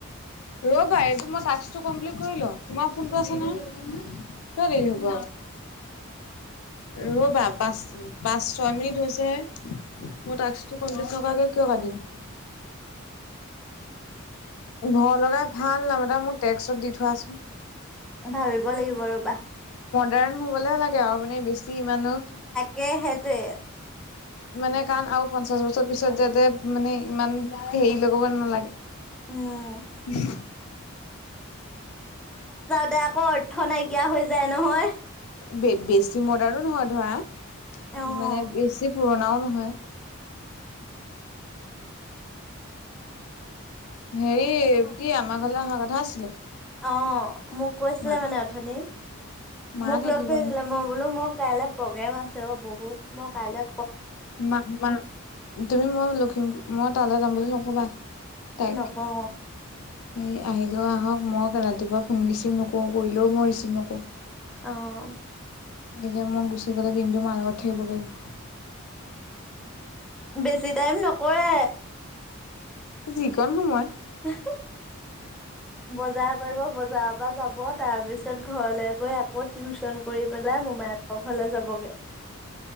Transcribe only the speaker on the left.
ৰবা এইটো মই টাক্সটো কমপ্লেট কৰি লও, তোমাৰ ফোনটো আছে নহয়। কিয় দেৰি হ'ব ৰবা। পাঁচ-পাঁচ ছয় মিনিট হৈছে মোৰ টাক্সটো কমপ্লিট। ককাকে কিয় কাটিম। ভয় লগাই ভাল নাম এটা মোক টেক্সত দি থোৱাচোন।
কাৰণ হ'বলেহে লাগে আৰু মানে বেছি ইমানো
মানে কাৰণ আৰু পঞ্চাশ বছৰ পিছত যাতে মানে ইমান হেৰি কৰিব নালাগে।
ব বেছি মডাৰ্ণো নহয়, ধৰা
মানে বেছি পুৰণাও নহয়। হেৰি কি আমাৰ ঘলৈ অহা কথা আছিলে।
মা
মা
থাকিব
মা- ম তুমি মই লখিমপুৰ, মই তালৈ যাম বুলি নক'বা। তাইক
এই আহিলোও আহক, মই ৰাতিপুৱাম ৰিচিভ নকৰো কৰিলেও মই ৰিচিভ নকৰো।
গতিকে মই গুচি গ'লে দিনটো মাৰ লগত থাকিব পাৰিব।
যিকন সময়ত